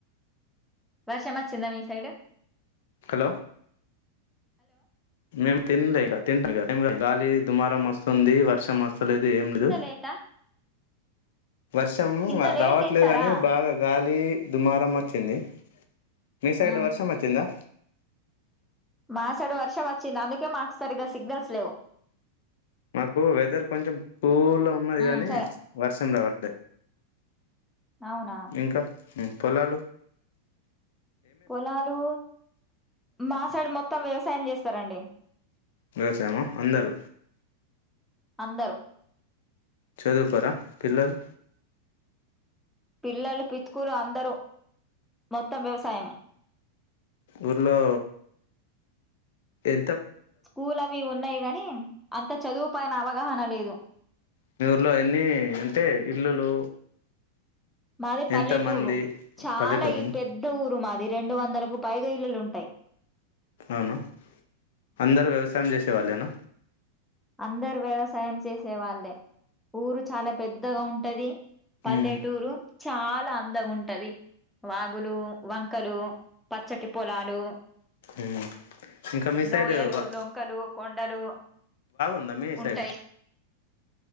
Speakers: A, in the centre; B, on the left (about 55°).
A: వర్ష మొచ్చిందా మీ సైడ్
B: హలో మే తినలే లేక తి గాలి దుమారం వస్తుంది వర్షం మస్తుంది అసలేదు ఏం లేదు
A: ఇంత లేటా?
B: వర్షము
A: ఇంత లేట్
B: రావట్లేదు
A: తింటారా?
B: కాని బాగా గాలి దుమారం వచ్చింది మీ సైడ్
A: హ్మ్.
B: వర్షం వచ్చిందా
A: మాసైడు వర్షం వచ్చింది అందుకే మాకు సరిగ్గా సిగ్నల్స్ లేవు
B: మాకు వెదర్ కొంచెం కూల్ ఉన్నది
A: హ్మ్.
B: కానీ
A: సరే.
B: వర్షం రావట్లేదు
A: అవునా!
B: ఇంకా పొలాాలు
A: పోలాాలు మా సైడు మొత్తం వ్యవసాయం చేస్తారండి
B: వ్యవసాయమా అందరూ
A: అందరు
B: చదువుకోరా పిల్లలు
A: పిల్లలు పితుకూలు అందరూ మొత్తం వ్యవసాయమే
B: ఊర్లో ఎ
A: స్కూల్ అవి ఉన్నాయి గాని అంతా చదువుపోయినావా అనలేదు
B: మీ ఊర్లో ఎన్ని అంటే ఇల్లులు
A: మాది పల్లెటూరు
B: ఎంత మంది
A: చాలా
B: పల్లెటూరేనా
A: ఈ పెద్ద ఊరు మాది రెండు వందలకు పైగా ఇల్లులుంటాయి
B: అవునా అందరు వ్యవసాయం జెస్ సె వాలేనా
A: అందరు వ్యవసాయం చేసే వాళ్ళే ఊరు చాలా పెద్దగా ఉంటది పల్లెటూరు
B: ఉమ్
A: చాలా అందగ ఉంటది వాగులు వంకలు పచ్చటి పొలాలు
B: ఉమ్ ఇంకా మీ సైడ్
A: లోయలు
B: వా
A: లొంకలు కొండలు
B: దా మీ
A: ఉంటాయి
B: సైడ్